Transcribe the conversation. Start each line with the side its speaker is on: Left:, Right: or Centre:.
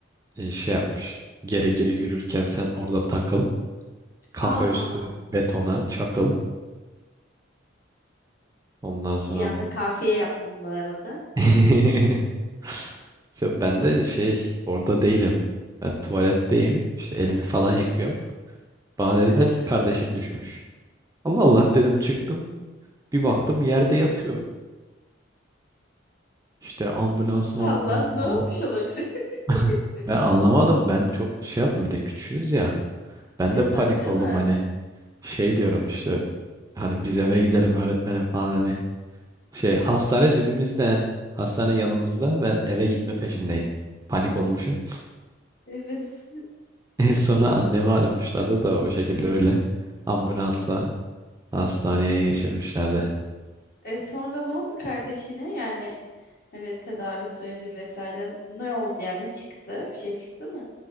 Right: e, şey yapmış. Geri geri yürürken sen orada takıl. Kafa
Left: Aa,
Right: üstü betona çakıl. Ondan sonra
Left: bir anda kafiye yaptın bu arada.
Right: <laughs> İşte ben de şey orada değilim. Ben tuvaletteyim. İşte elimi falan yakıyor. Bana dediler
Left: Hı hı.
Right: ki kardeşin düşmüş. Allah Allah dedim çıktım. Bir baktım yerde yatıyor. İşte ambulans mı
Left: Allah
Right: ambulans
Left: ne
Right: falan.
Left: olmuş olabilir?
Right: <laughs>
Left: <laughs>
Right: Ben anlamadım. Ben çok şey yaptım bir de küçüğüz ya. Ben
Left: Ya
Right: de panik
Left: tabii canım.
Right: oldum hani şey diyorum işte hani biz eve gidelim öğretmenim falan hani şey hastane dibimizde hastane yanımızda ben eve gitme peşindeyim. Panik olmuşum.
Left: Evet.
Right: <laughs> En sonra annemi aramışlardı da o şekilde öyle ambulansla hastaneye geçirmişlerdi.
Left: E sonra ne oldu kardeşine? Yani hani tedavi süreci vesaire ne oldu yani ne çıktı? Bir şey çıktı mı?